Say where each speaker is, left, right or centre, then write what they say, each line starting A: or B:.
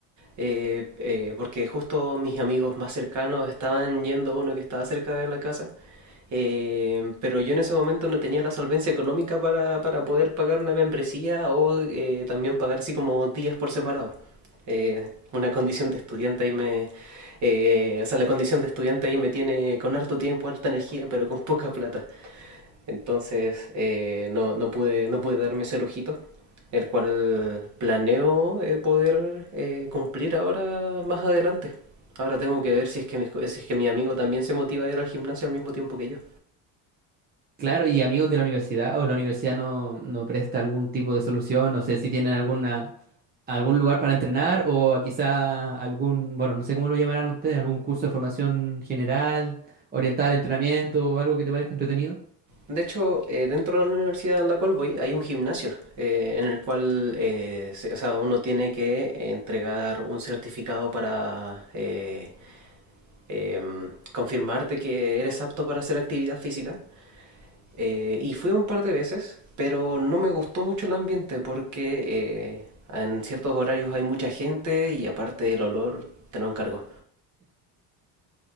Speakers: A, on the right (about 40°); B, on the right (about 20°).
A: eh, eh, porque justo mis amigos más cercanos estaban yendo a uno que estaba cerca de la casa, eh, pero yo en ese momento no tenía la solvencia económica para, para poder pagar una membresía o eh, también pagar así como días por separado. Eh, una condición de estudiante ahí me... eh, o sea, la condición de estudiante ahí me tiene con harto tiempo, harta energía, pero con poca plata. Entonces eh, no, no, pude, no pude darme ese lujito, el cual planeo eh, poder eh, cumplir ahora más adelante. Ahora tengo que ver si es que, mi, si es que mi amigo también se motiva a ir al gimnasio al mismo tiempo que yo.
B: Claro, y amigos de la universidad o la universidad no, no presta algún tipo de solución, no sé si tienen alguna, algún lugar para entrenar o quizá algún, bueno, no sé cómo lo llamarán ustedes, algún curso de formación general, orientada al entrenamiento o algo que te parezca entretenido.
A: De hecho, eh, dentro de la universidad en la cual voy hay un gimnasio eh, en el cual eh, se- o sea, uno tiene que entregar un certificado para eh, em, confirmarte que eres apto para hacer actividad física. Eh, y fui un par de veces, pero no me gustó mucho el ambiente porque eh, en ciertos horarios hay mucha gente y aparte el olor te lo encargo.